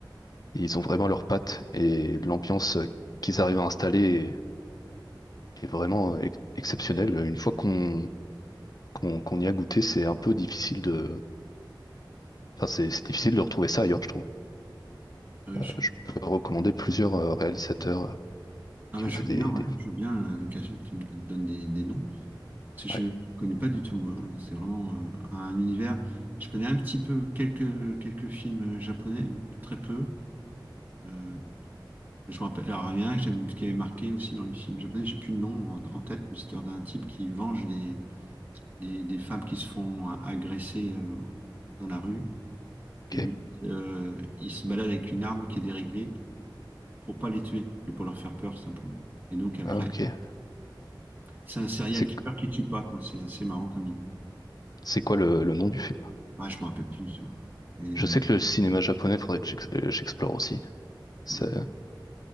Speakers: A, on the left; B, on the right.
A: Et ils ont vraiment leurs pattes et l'ambiance qu'ils arrivent à installer est, est vraiment ex- exceptionnelle. Une fois qu'on qu'on qu'on y a goûté, c'est un peu difficile de, enfin c'est c'est difficile de retrouver ça ailleurs, je trouve.
B: Euh,
A: Euh,
B: je-
A: Je peux recommander plusieurs euh, réalisateurs euh,
B: Ah
A: qui
B: bah je
A: ont fait
B: veux
A: des,
B: bien, ouais,
A: des...
B: je veux bien euh, l'occasion que tu me donnes des, des noms. Parce que Je
A: ouais,
B: ne connais pas du tout. hein. C'est vraiment euh, un univers. Je connais un petit peu quelques, quelques films euh, japonais, très peu. Euh, je me rappelle. Alors, il y en a un que j'aime- qui avait marqué aussi dans les films japonais, j'ai plus le nom en, en tête, mais c'était d'un type qui venge des, des, des femmes qui se font a- agresser euh, dans la rue.
A: ok,
B: Et lui, euh, il se balade avec une arme qui est déréglée pour pas les tuer, mais pour leur faire peur simplement. Et donc après,
A: ah, ok.
B: c'est un serial
A: C'est
B: killer qui tue pas, quoi. C'est assez marrant comme idée.
A: c'est quoi le, le nom du film?
B: Ah, je me rappelle plus du tout. Et,
A: Je
B: euh,
A: sais que le cinéma japonais, faudrait que j'ex- euh, j'explore aussi. Ça,
B: ouais,